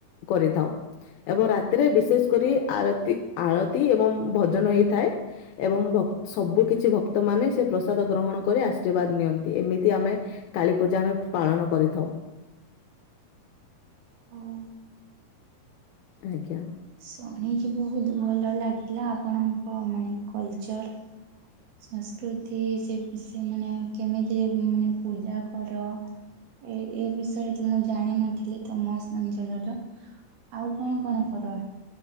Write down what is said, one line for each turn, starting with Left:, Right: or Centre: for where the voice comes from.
Left: କରିଥାଉ। ଏବଂ ରାତିରେ ବିଶେଷ କରି ଆରତି ଆଳତି ଏବଂ ଭଜନ ହେଇଥାଏ। ଏବଂ ଭ ସବୁକିଛି ଭକ୍ତମାନେ ସେ ପ୍ରସାଦ ଗ୍ରହଣ କରି ଆଶୀର୍ବାଦ ନିଅନ୍ତି। ଏମିତି ଆମେ କାଳୀ ପୂଜା ଆମେ ପାଳନ କରିଥାଉ।
Right: ହୋଉ।
Left: ଆଜ୍ଞା
Right: ଶୁଣିକି ବହୁତ ଭଲ ଲାଗିଲା ଆପଣଙ୍କ ମାନେ କଲଚର୍। ସଂସ୍କୃତି ସେ ସେ ମାନେ କେମିତି ମାନେ ପୂଜା କର। ଏ ଏ ବିଷୟରେ ତ ମୁଁ ଜାଣିନଥିଲି ତମ ସ ଅଞ୍ଚଳର। ଆଉ କଣ କଣ କର